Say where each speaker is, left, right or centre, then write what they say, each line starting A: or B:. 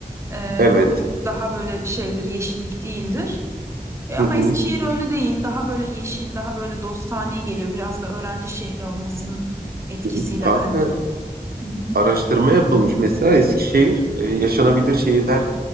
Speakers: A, on the right (about 20°); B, on the right (about 85°).
A: E,
B: Evet.
A: bu daha böyle şeydir yeşillik değildir. E,
B: Hı
A: ama
B: hı.
A: Eskişehir öyle değil daha böyle yeşil daha böyle dostane geliyor biraz da öğrenci şehri olmasının etkisiyle
B: Hı hı. Kanka
A: bence. Hı hı.
B: araştırma yapılmış mesela Eskişehir e, yaşanabilir şehirler